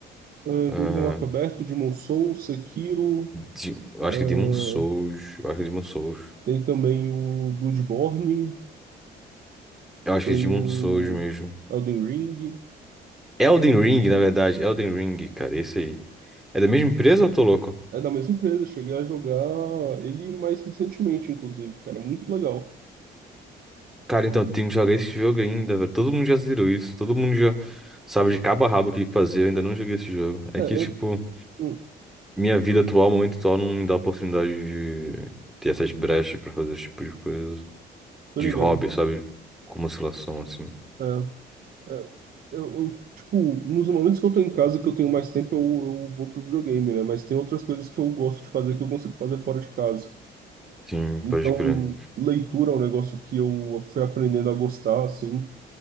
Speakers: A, on the right (about 55°); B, in the centre.
A: Ah,
B: Ah,
A: jogo de mapa aberto, Demon Souls, Sekiro,
B: Di- eu acho
A: ah,
B: que é Demon Souls. Eu acho que é Demon Souls.
A: tem também o Bloodborne,
B: Eu acho
A: tem
B: que é Demon
A: o
B: Souls mesmo.
A: Elden Ring.
B: Elden Ring, na verdade. Elden Ring, cara, esse aí. É da mesma empresa ou eu tô louco?
A: É da mesma empresa, cheguei a jogar ele mais recentemente, inclusive, cara, muito legal.
B: Cara, então eu tenho que jogar esse jogo ainda, velho. Todo mundo já zerou isso. Todo mundo já sabe de cabo a rabo o que fazer. Eu ainda não joguei esse jogo. É
A: É,
B: que,
A: eu,
B: tipo.
A: hum,
B: Minha vida atual, momento atual, não me dá a oportunidade de ter essas brechas pra fazer esse tipo de coisa.
A: tô
B: De
A: ligado.
B: hobby, sabe? Como oscilação, assim.
A: É, é, eu, eu, tipo, nos momentos que eu tô em casa, que eu tenho mais tempo, eu, eu vou pro videogame, né? Mas tem outras coisas que eu gosto de fazer que eu consigo fazer fora de casa.
B: Sim,
A: Então,
B: pode crer.
A: leitura é um negócio que eu fui aprendendo a gostar, assim.